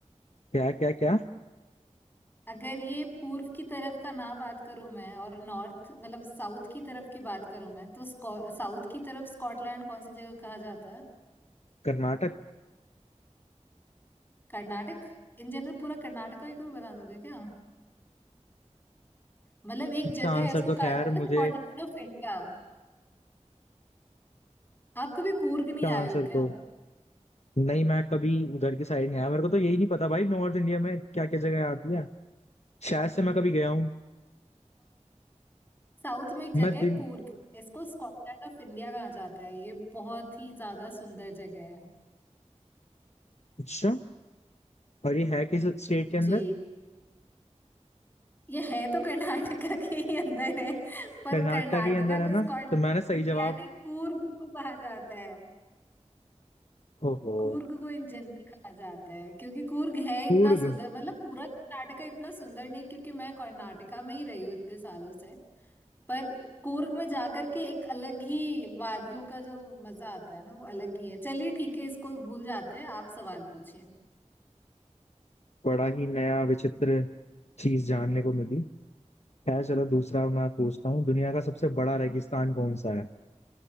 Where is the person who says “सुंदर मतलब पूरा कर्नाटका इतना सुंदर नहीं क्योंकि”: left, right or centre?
Left